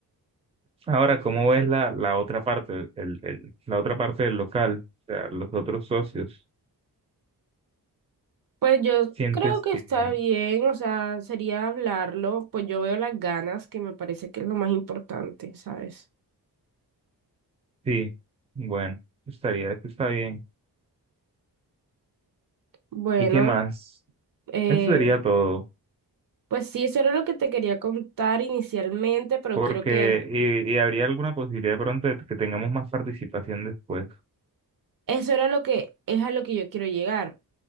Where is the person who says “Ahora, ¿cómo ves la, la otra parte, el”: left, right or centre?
Right